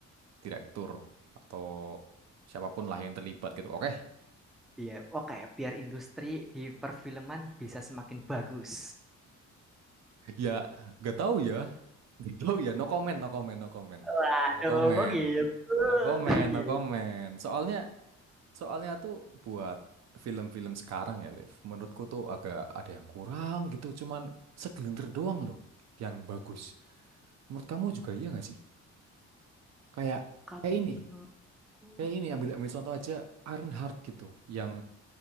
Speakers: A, on the right (about 60°); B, in the centre.
A: direktur atau siapapun lah yang terlibat gitu oke
B: biar oke, biar industri di perfilman bisa semakin bagus.
A: ya nggak tahu ya nggak tahu ya no comment no comment no comment
B: Waduh,
A: no comment
B: kok gitu
A: No comment,
B: kok gitu?
A: no comment. Soalnya, soalnya tuh buat film-film sekarang ya, Liv. Menurutku tuh agak ada yang kurang gitu. Cuman segelintir doang loh yang bagus. Menurut kamu juga iya nggak sih? Kayak,
B: Kalau
A: kayak ini,
B: menurutku
A: kayak ini.
B: gimana?
A: Ambil ambil contoh aja Iron Heart gitu, yang